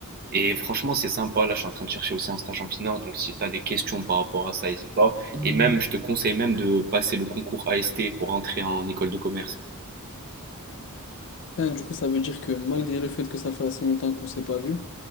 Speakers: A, on the right; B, on the left.
A: Et franchement, c'est sympa. Là, je suis en train de chercher aussi un stage en finance, donc si tu as des questions par rapport à ça, n'hésite pas. Et même, je te conseille même de passer le concours AST pour entrer en école de commerce.
B: Ah, du coup, ça veut dire que malgré le fait que ça fait assez longtemps qu'on s'est pas vu,